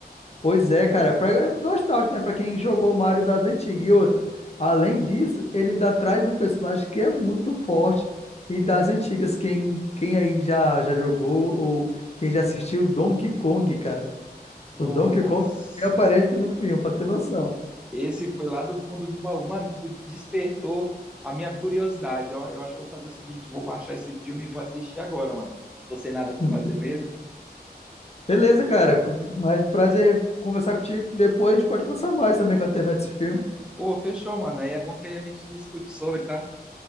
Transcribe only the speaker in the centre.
Nossa.
Esse foi lá do fundo de baú. Mano, tu despertou a minha curiosidade. Ó, eu acho que eu vou fazer o seguinte: vou baixar esse filme e vou assistir agora, mano. Tô sem nada pra
fazer mesmo.
Pô, fechou, mano. Aí é bom que aí a gente discute sobre, tá?